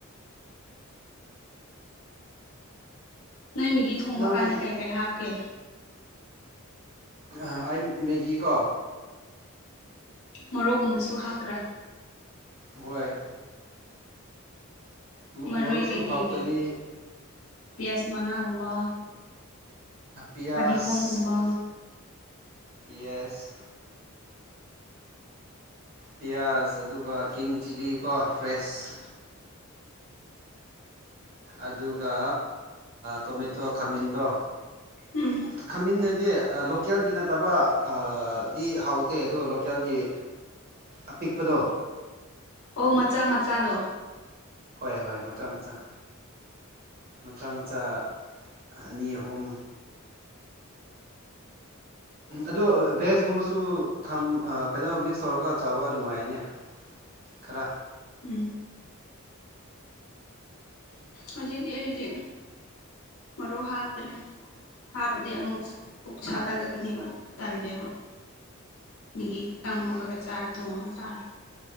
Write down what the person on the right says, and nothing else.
ꯅꯪ
ꯍꯧꯖꯤꯛ
ꯍ ꯑꯩ ꯃꯦꯒꯤꯀꯣ
ꯍꯣꯏ ꯃꯔꯨꯞꯁꯨ
ꯍꯥꯞꯀꯅꯤ
ꯄꯤꯌꯥꯁ
ꯌꯦꯁ ꯄꯤꯌꯥꯁ ꯑꯗꯨꯒ ꯀꯤꯡ ꯆꯤꯜꯂꯤ ꯀꯣ ꯐ꯭ꯔꯦꯁ ꯑꯗꯨꯒ ꯇꯣꯃꯦꯇꯣ ꯈꯥꯃꯦꯟꯗꯣ
ꯈꯥꯃꯦꯟ ꯍꯥꯏꯗꯤ ꯂꯣꯀꯦꯜꯒꯤ ꯅꯠꯇꯕ ꯑꯥ ꯗꯤ ꯍꯥꯎꯇꯦ ꯑꯗꯣ ꯂꯣꯀꯦꯜꯒꯤ ꯑꯄꯤꯛꯄꯗꯣ
ꯍꯣꯏ ꯍꯣꯏ ꯃꯆꯥ ꯃꯆꯥ ꯃꯆꯥ ꯃꯆꯥ ꯑꯅꯤ ꯑꯍꯨꯝ ꯑꯗꯨ ꯚꯦꯖꯀꯨꯝꯕꯁꯨ ꯊꯝ ꯑꯥ ꯀꯩꯅꯣ ꯃꯤꯛꯁ ꯇꯧꯔꯒ ꯆꯥꯕ ꯅꯨꯡꯉꯥꯏꯌꯦꯅꯦ ꯈꯔ